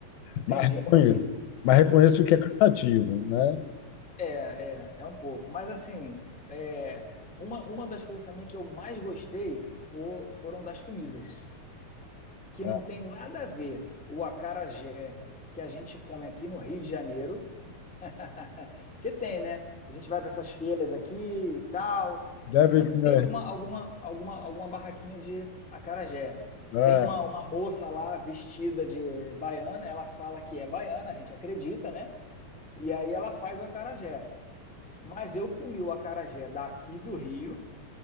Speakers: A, in the centre; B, on the left.
A: entendi,
B: Mas reconheço,
A: entendi.
B: mas reconheço
A: E,
B: que é cansativo, né?
A: É, é um pouco. Mas assim, é, uma, uma das coisas também que eu mais gostei fo- foram das comidas, que
B: É,
A: não tem nada a ver o acarajé que a gente come aqui no Rio de Janeiro, <laughs> que tem, né? A gente vai para essas feiras aqui e tal,
B: Deve
A: sempre
B: ter,
A: tem alguma, alguma, alguma, alguma barraquinha de acarajé.
B: é,
A: Tem uma, uma moça lá vestida de baiana, ela fala que é baiana, a gente acredita, né? E aí ela faz o acarajé. Mas eu comi o acarajé daqui do Rio